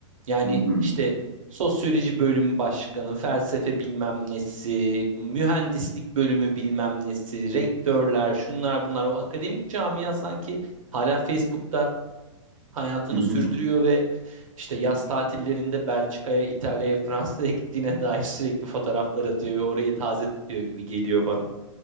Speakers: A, on the right; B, on the right.
A: Yani
B: hı hı
A: işte sosyoloji bölümü başkanı, felsefe bilmem nesi, mühendislik bölümü bilmem nesi, rektörler, şunlar bunlar. O akademik camia sanki hala Facebook'ta hayatını
B: hı
A: sürdürüyor ve. İşte yaz tatillerinde Belçika'ya, İtalya'ya, Fransa'ya gittiğine dair sürekli fotoğraflar atıyor ve orayı taze tutuyor gibi geliyor bana.